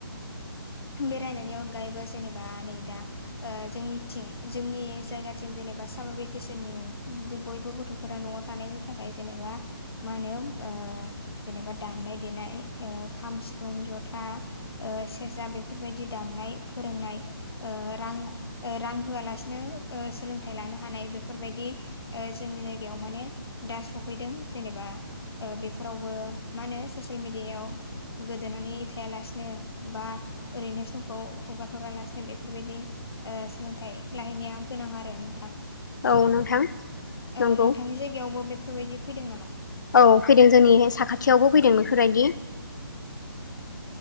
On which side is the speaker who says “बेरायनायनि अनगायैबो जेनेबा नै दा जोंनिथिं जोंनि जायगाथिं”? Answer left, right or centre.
Left